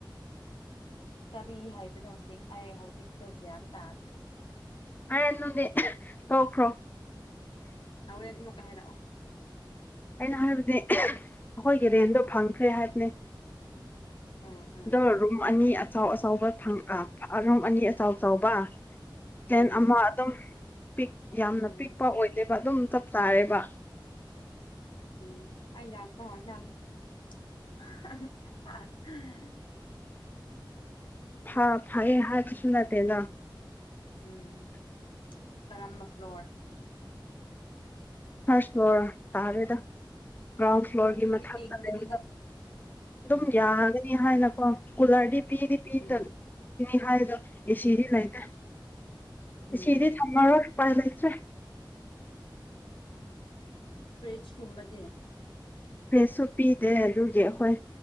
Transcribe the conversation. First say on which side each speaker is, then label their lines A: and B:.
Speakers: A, on the left; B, on the left.
A: ꯀꯔꯤ ꯍꯥꯏꯕꯅꯣ ꯁꯤꯡ ꯑꯩ ꯍꯧꯖꯤꯛꯀꯤꯗꯣ ꯒ꯭ꯌꯥꯟ ꯇꯥꯗ꯭ꯔꯦ
B: ꯑꯣ ꯅꯣꯈ꯭ꯔꯣ
A: ꯑ ꯃ ꯀ ꯍꯔꯑꯣ
B: ꯑꯩꯅ ꯍꯥꯏꯕꯗꯤ ꯑꯩꯈꯣꯏꯒꯤ ꯔꯦꯟꯗꯣ ꯐꯪꯈ꯭ꯔꯦ ꯍꯥꯏꯕꯅꯦ
A: ꯎꯝ ꯎꯝ
B: ꯑꯗ ꯔꯨꯝꯝ ꯑꯅꯤ ꯑꯆꯥꯎ ꯑꯆꯕ ꯑꯉꯝ ꯑꯅꯤ ꯑꯆꯥꯎ ꯆꯥꯎꯕ ꯀꯤ꯭ꯂꯦꯟ
A: ꯎꯝ
B: ꯑꯃ ꯑꯗꯨꯝ ꯄꯤꯛ ꯌꯥꯝꯅ
A: ꯎꯝ
B: ꯄꯤꯛꯄ ꯑꯣꯏꯗꯣꯏꯕ ꯑꯗꯨꯝ ꯆꯞ ꯆꯥꯔꯦꯕ
A: ꯎꯝ ꯑꯩꯅꯥꯛꯄꯔꯗꯝ <inaudible> <unintelligible>
B: ꯐ ꯐꯌꯦ ꯍꯥꯏꯕꯁꯨ ꯅꯠꯇꯦꯅ
A: ꯎꯝ ꯀꯔꯝꯕ ꯐ꯭ꯂꯣꯔ
B: ꯐꯔꯁ ꯍ ꯇꯥꯔꯦꯗ ꯒ꯭ꯔꯥꯎꯟ ꯐ꯭ꯂꯣꯔꯒꯤ
A: ꯑꯗꯨꯗꯤ
B: ꯃꯊꯛꯇ
A: ꯏꯪꯒꯅꯤꯗ
B: ꯑꯗꯨꯝ
A: ꯎꯝ
B: ꯌꯥꯒꯅꯤ ꯍꯥꯏꯅ ꯀꯨꯂꯔꯗꯤ ꯄꯤꯗꯤ ꯄꯤꯗꯅꯤ
A: ꯎꯝ
B: ꯍꯥꯏꯗꯣ ꯑꯦꯁꯤꯗꯤ ꯂꯩꯇ꯭ꯔꯦ
A: ꯎꯝ
B: ꯁꯤꯗꯤ ꯊꯝꯃꯔꯣꯏ ꯂꯩꯇ꯭ꯔꯦ
A: ꯐꯦ ꯁꯨꯝꯃꯗꯤ
B: ꯐ꯭ꯔꯦꯁꯁꯨ ꯄꯤꯗꯦ ꯑꯗꯨꯒꯤ ꯑꯩꯈꯣꯏ